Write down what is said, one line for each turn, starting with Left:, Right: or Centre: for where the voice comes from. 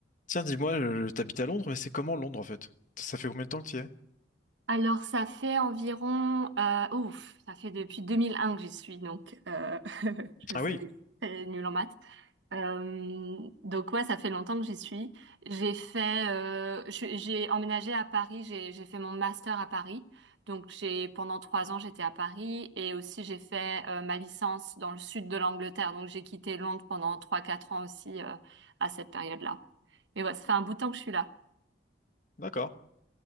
Left: Tiens, dis-moi, je- je- t'habites à Londres, mais c'est comment Londres en fait? Ça, ça fait combien de temps que tu y es?
Right: Alors, ça fait environ, euh, ouf, ça fait depuis 2001 que j'y suis, donc euh, <laughs> je
Left: Ah
Right: sais,
Left: oui,
Right: c'est nul en maths. Euh, donc ouais, ça fait longtemps que j'y suis. J'ai fait, euh, je suis- j'ai emménagé à Paris, j'ai j'ai fait mon master à Paris. Donc j'ai pendant trois ans j'étais à Paris et aussi j'ai fait euh, ma licence dans le sud de l'Angleterre. Donc j'ai quitté Londres pendant trois quatre ans aussi euh, à cette période-là. Mais ouais, ça fait un bout de temps que je suis là.
Left: d'accord.